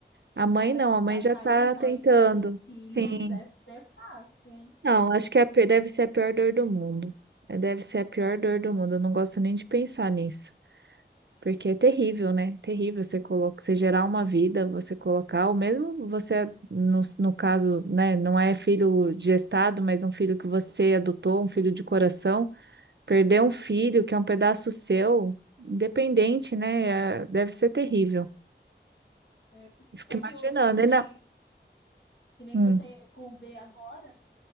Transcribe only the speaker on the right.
A mãe
não, a mãe
já tá
tentando.
Sim.
Não, acho que é a pi- deve ser a pior dor do mundo. É, Deve ser a pior dor do mundo. Eu não gosto nem de pensar nisso. Porque é terrível, né? Terrível você colocar, você gerar uma vida, você colocar, ou mesmo você, no, no caso, né, não é filho gestado, mas um filho que você adotou, um filho de coração, perder um filho que é um pedaço seu, independente, né? é- Deve ser terrível.
Eu fico
imaginando,
ainda.
Hum,